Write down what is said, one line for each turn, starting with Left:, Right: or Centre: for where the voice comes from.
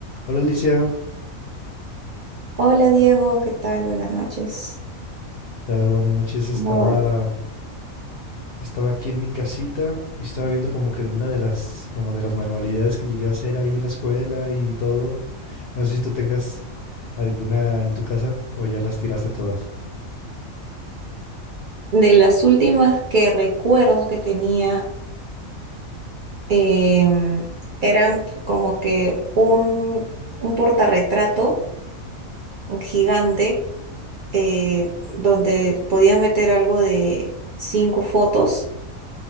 Left: Hola Alicia,
Right: Hola Diego, ¿qué tal? Buenas noches.
Left: ¿qué tal? Buenas noches. Estaba,
Right: ¿Cómo vas?
Left: estaba aquí en mi casita y estaba viendo como que alguna de las, como de las manualidades que llegué a hacer ahí en la escuela y todo. No sé si tú tengas alguna en tu casa o ya las tiraste todas.
Right: De las últimas que recuerdo que tenía, em, era como que un, un portarretrato gigante eh, donde podía meter algo de cinco fotos